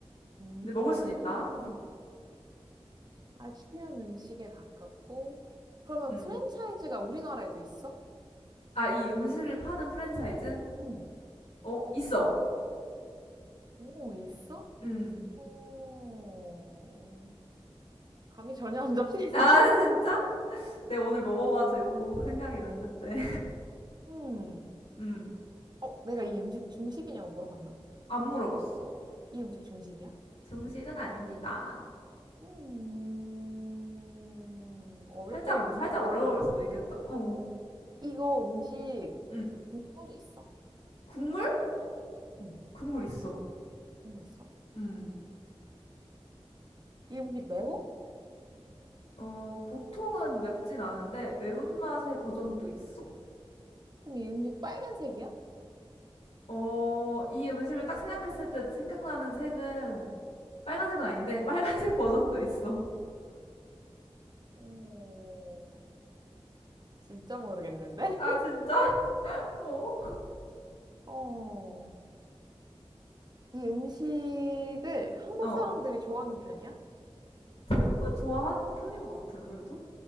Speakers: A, on the right; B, on the left.
A: 음,
B: 근데 먹을 순 있다.
A: 아시안 음식에 가깝고 그러면
B: 음.
A: 프랜차이즈가 우리나라에도 있어?
B: 아, 이 음식을 파는 프랜차이즈?
A: 응.
B: 어, 있어.
A: 오, 있어?
B: 음.
A: 어, 감이 전혀 안 잡히는데?
B: 아, <laughs>
A: <laughs>
B: 진짜? 내가 오늘 먹어가지고 <laughs> 생각이 났는데.
A: 음.
B: 음.
A: 어, 내가 이 음식 중식이냐고 물어봤나?
B: 안 물어봤어.
A: 이 음식 중식이야?
B: 중식은 아닙니다.
A: 음. 어려,
B: 살짝,
A: 어, 이거
B: 살짝
A: 생각보다
B: 어려울
A: 진짜
B: 수도
A: 어렵다.
B: 있겠다. 어.
A: 이거 음식
B: 음.
A: 국물이 있어?
B: 국물?
A: 응,
B: 국물 있어.
A: 국물 있어?
B: 음.
A: 이 음식 매워?
B: 어, 보통은 맵진 않은데 매운맛의 버전도 있어.
A: 그럼 이 음식 빨간색이야?
B: 어, 이 음식을 딱 생각했을 때 생각나는 색은 빨간색은 아닌데 빨간색 <laughs> 버전도 있어.
A: 어, 진짜 모르겠는데? <laughs>
B: 아, 진짜? <laughs> 어.
A: 어, 이 음식을 한국
B: 어.
A: 사람들이 좋아하는 편이야?
B: 대부분 좋아하는 편인 것 같아, 그래도.